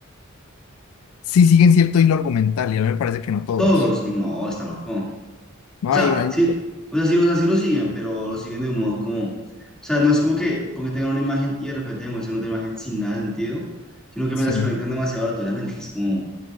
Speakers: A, on the left; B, in the centre.
A: Sí, siguen cierto hilo argumental y a mí me parece que no todos.
B: todos, no, está loco. O
A: No
B: sea,
A: hay... hay...
B: sí, o sea, sí, o sea, sí lo siguen, pero lo siguen de un modo como, o sea, no es como que porque tengan una imagen y de repente demuestren otra imagen sin nada de sentido, sino que
A: Sí.
B: me las conectan demasiado aleatoriamente. Es como, o